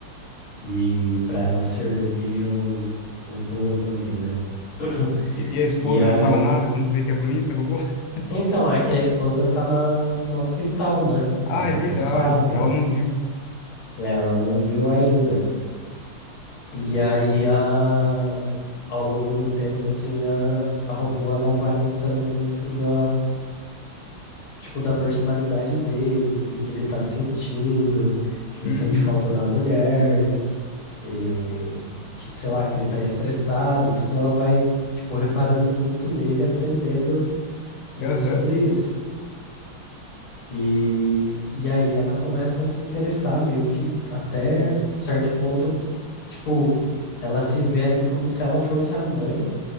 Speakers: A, on the left; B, on the left.
A: E para ela servir o, o dono ali, né? <clears throat>
B: E, e a esposa
A: E aí
B: não fala nada quando vê que é bonita o robô? <laughs>
A: Então, é que a esposa tá na, no hospital, né?
B: Ah,
A: Ela
B: é
A: não
B: verdade.
A: sabe,
B: Ela não viu.
A: né? Ela não viu ainda. E
B: Verdade.
A: aí, a, ao longo do tempo, assim, a, a robô, ela vai notando muito da, tipo, da personalidade dele, do que que ele tá sentindo, que ele
B: Uhum.
A: sente falta da mulher, e que, sei lá, que ele tá estressado, tudo ela vai, tipo, reparando muito nele, aprendendo muito
B: Aham.
A: sobre isso. E, e aí ela começa a se interessar, meio que até certo ponto, tipo, ela se vê ali como se ela fosse a mãe